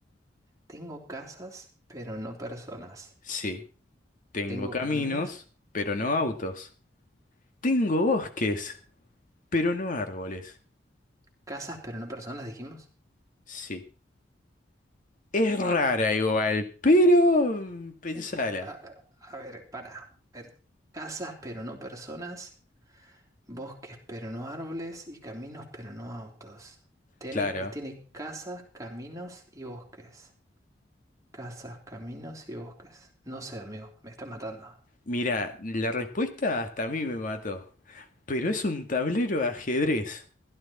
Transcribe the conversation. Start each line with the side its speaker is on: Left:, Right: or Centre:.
Right: Tengo casas, pero no personas.
Left: Sí, tengo
Right: Tengo
Left: caminos,
Right: caminos.
Left: pero no autos. Tengo bosques, pero no árboles.
Right: Casas, pero no personas, dijimos.
Left: Sí. Es rara igual, pero mm, pensala.
Right: Eh, ca- A, a- a ver, para. A ver. Casas, pero no personas. Bosques, pero no árboles. Y caminos, pero no autos. Tiene,
Left: Claro.
Right: tiene casas, caminos y bosques. Casas, caminos y bosques. No sé, amigo, me está matando.
Left: Mira, la respuesta hasta a mí me mató. Pero es un tablero de ajedrez.